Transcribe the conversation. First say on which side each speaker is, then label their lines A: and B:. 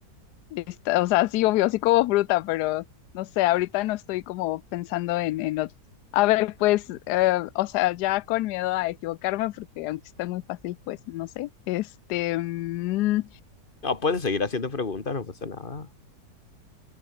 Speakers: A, on the left; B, on the left.
A: esta- o sea, sí, obvio, sí como fruta, pero no sé, ahorita no estoy como pensando en, en ot- A ver, pues, eh, o sea, ya con miedo a equivocarme, porque aunque está muy fácil, pues no sé. Este. mm,
B: No, puedes seguir haciendo preguntas, no pasa nada.